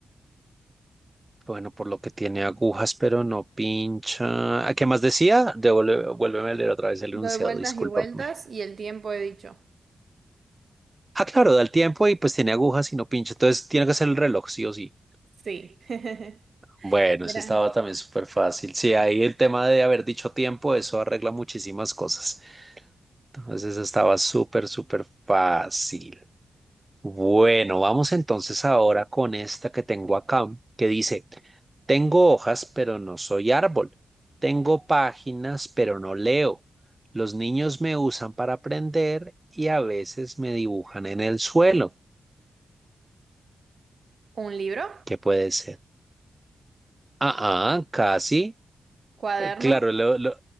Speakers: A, on the right; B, on the right.
A: Bueno, por lo que tiene agujas, pero no pincha. ¿A qué más decía? Devuelve, vuélveme a leer otra vez el
B: Doy
A: enunciado,
B: vueltas
A: discúlpame.
B: y vueltas y el tiempo he dicho.
A: Ah, claro, da el tiempo y pues tiene agujas y no pincha. Entonces tiene que ser el reloj, sí o sí.
B: Sí. <laughs>
A: Bueno,
B: Mira.
A: eso estaba también súper fácil. Sí, ahí el tema de haber dicho tiempo, eso arregla muchísimas cosas. Entonces eso estaba súper, súper fácil. Bueno, vamos entonces ahora con esta que tengo acá, que dice, tengo hojas, pero no soy árbol. Tengo páginas, pero no leo. Los niños me usan para aprender y a veces me dibujan en el suelo.
B: ¿Un libro?
A: ¿Qué puede ser? Ah, ah, casi.
B: ¿Cuaderno?
A: Eh, claro, lo- lo-